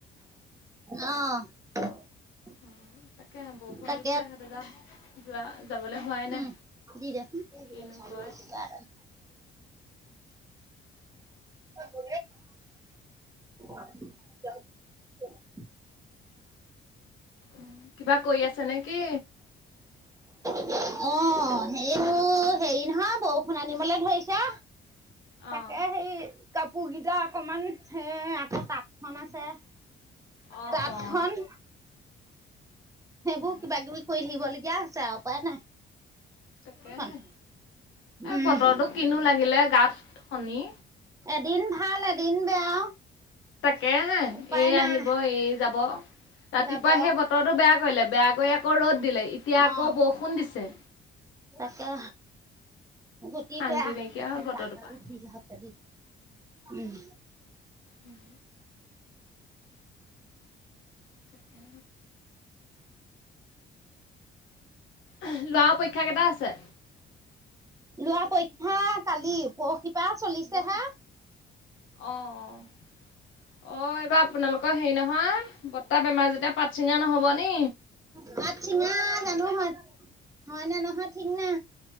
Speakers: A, on the right; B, on the left.
A: অ।
B: উ তাকে বৰষুণ
A: তাকে
B: দিছে সাত যোৱা যাবলৈ হোৱাই নাই
A: উম দি দে চূণ।
B: কিনো
A: <unintelligible>
B: কয়
A: উ ৰ। <unintelligible> <unintelligible>
B: উ কিবা কৰি আছে নে কি?
A: অ সেইবোৰ হেৰি নহয় বৰষুণ আনিবলে ধৰিছে
B: অঁ
A: তাকে সেই কাপোৰ কেইটা অকমান হ আকৌ তাঁতখনন আছে।
B: অঁ
A: তাত
B: অঁ
A: খন সেইবোৰ
B: অঁ
A: কিবা কিবি কৰি থাকিবলগীয়া হৈছে আও উপায় নাই।
B: তাকে
A: এখন
B: হে আৰু
A: উম
B: বতৰটো কিনো লাগিলে গাত শনি।
A: এদিন ভাল এদিন বেয়া।
B: তাকে হে
A: উপায়
B: এই
A: নাই
B: আহিব এই যাব। ৰাতিপুৱা
A: যাব অ
B: সেই বতৰটো বেয়া কৰিলে বেয়া কৰি আকৌ ৰ'দ দিলে এতিয়া
A: অ
B: আকৌ বৰষুণ দিছে।
A: তাকে। গতি,
B: শান্তি
A: বেয়া
B: নাইকিয়া হ'ল বতৰটোৰ
A: আৰু
B: পৰা
A: বি হালি উম।
B: উম। তাকে। লোৱা পৰীক্ষা কেইটা আছে।
A: লোৱা পৰীক্ষা কালি পৰশিপা চলিছে হা।
B: অ অ অ এইবাৰ আপোনালোকৰ হেৰি নহয়, বতাহ বেমাৰ যেতিয়া। পাত ছিঙা নহ'ব নি
A: পাত চিঙা। তানুহ হয়, না নহয় ঠিক না।